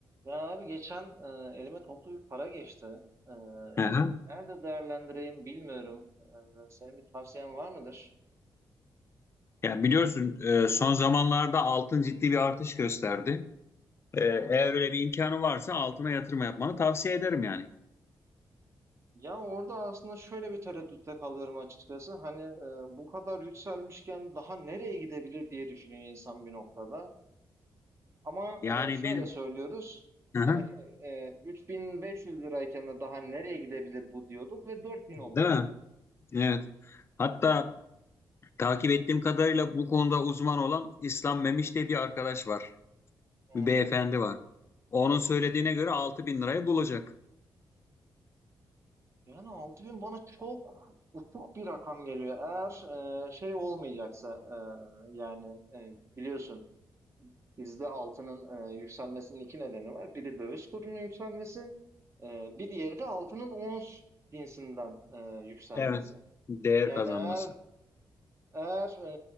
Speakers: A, on the right; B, on the left.
A: Ya abi geçen e, elime toplu bir para geçti. E,
B: Hı
A: bunu
B: hı.
A: nerede değerlendireyim bilmiyorum. E, senin bir tavsiyen var mıdır?
B: Yani biliyorsun e, son zamanlarda altın ciddi bir artış gösterdi. E, eğer
A: Evet.
B: öyle bir imkanı varsa altına yatırım yapmanı tavsiye ederim yani.
A: Ya orada aslında şöyle bir tereddütte kalıyorum açıkçası. Hani e, bu kadar yükselmişken daha nereye gidebilir diye düşünüyor insan bir noktada. Ama
B: Yani
A: e, şöyle
B: benim
A: söylüyoruz.
B: Hı
A: Hani
B: hı.
A: e, 3500 lirayken de daha nereye gidebilir bu diyorduk ve 4000
B: Değil
A: oldu.
B: mi? Evet. Hatta takip ettiğim kadarıyla bu konuda uzman olan İslam Memiş diye bir arkadaş var. Bir
A: E,
B: beyefendi var. Onun söylediğine göre altı bin lirayı bulacak.
A: Yani 6000 bana çok uçuk bir rakam geliyor. Eğer e, şey olmayacaksa e, yani e, biliyorsun bizde altının e, yükselmesinin iki nedeni var. Biri döviz kurunun yükselmesi, e, bir diğeri de altının ons cinsinden e, yükselmesi.
B: Evet. Değer
A: Yani
B: kazanması.
A: eğer eğer e,